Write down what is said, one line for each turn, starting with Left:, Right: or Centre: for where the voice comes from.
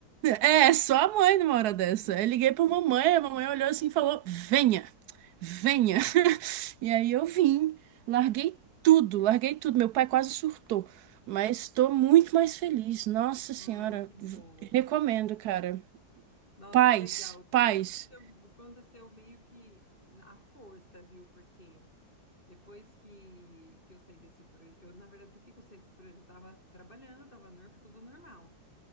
Right: É, só a mãe numa hora dessa. Eu liguei pra mamãe, a mamãe olhou assim e falou: Venha, venha.
Left: É.
Right: <laughs> E aí
Left: É isso
Right: eu vim,
Left: mesmo.
Right: larguei tudo, larguei tudo. Meu pai quase surtou, mas estou muito mais feliz. Nossa
Left: Ai,
Right: Senhora,
Left: que
Right: v-
Left: bom.
Right: recomendo, cara.
Left: Nossa,
Right: Paz,
Left: que legal. Comigo
Right: paz.
Left: apareceu, aconteceu meio que na força, viu? Porque depois que, que eu saí desse projeto, eu, na verdade, por que que eu saí desse projeto? Eu tava trabalhando, tava nor- tudo normal.